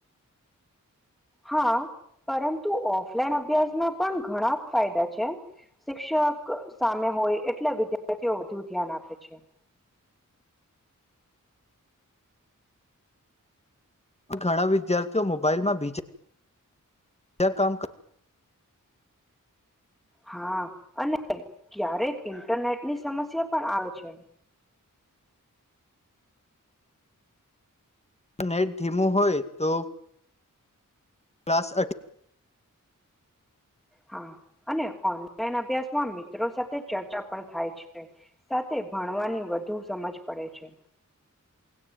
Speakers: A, in the centre; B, on the left (about 20°).
A: હા પરંતુ ઓફલાઈન અભ્યાસના પણ ઘણા ફાયદા છે શિક્ષક સામે હોય એટલે વિદ્યાર્થીઓ વધુ ધ્યાન આપે છે.
B: ઘણા વિદ્યાર્થી તેઓ મોબાઈલમાં બીજા બજા કામ કર
A: હા અને ક્યારેક ઇન્ટરનેટ ની સમસ્યા પણ આવે છે.
B: નેટ ધીમું હોય તો ક્લાસ અઠ
A: હા અને ઓનલાઈન અભ્યાસમાં મિત્રો સાથે ચર્ચા પણ થાય છે સાથે ભણવાની વધુ સમજ પડે છે.